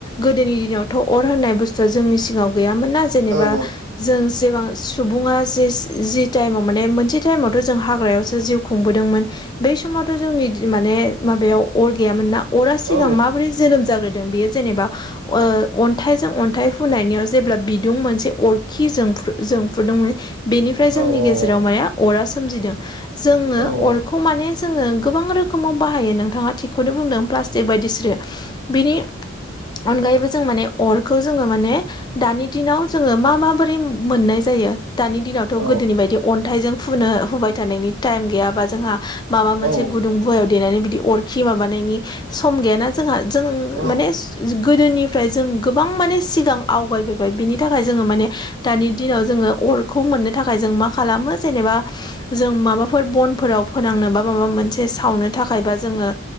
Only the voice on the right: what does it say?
औ
औ
औ औ
औ औ
औ
औ
औ